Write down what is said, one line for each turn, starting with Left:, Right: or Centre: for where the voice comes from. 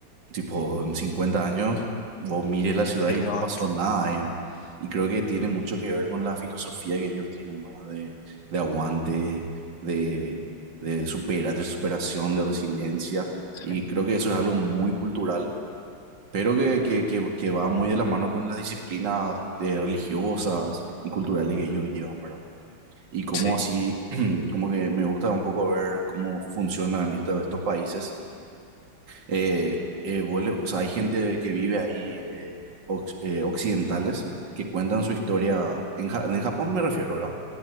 Right: tipo, en 50 años, vos mires la ciudad
Left: relevante.
Right: y no pasó nada ahí, ¿verdad? Y creo que tiene mucho que ver con la filosofía que ellos tienen, ¿verdad? De, de aguante, de, de, supera, de superación, de resiliencia.
Left: Sí,
Right: Y creo que eso es algo muy cultural, pero que, que, que, que va muy de la mano con las disciplinas eh, religiosas y culturales que ellos llevan, ¿verdad? Y como
Left: sí,
Right: así, <clears throat> como que me gusta un poco ver cómo funcionan estos, estos países eh, eh, vos le- o sea, hay gente que vive ahí, eh, ox- eh, occidentales, que cuentan su historia, en, Ja- en Japón me refiero, ¿verdad?